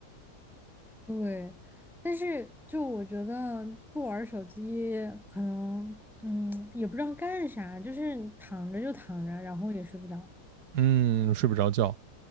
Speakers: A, in the centre; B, on the right.
A: 对，但是就我觉得不玩儿手机，可能嗯也不知道干啥，就是躺着就躺着，然后也睡不着。
B: 嗯，睡不着觉，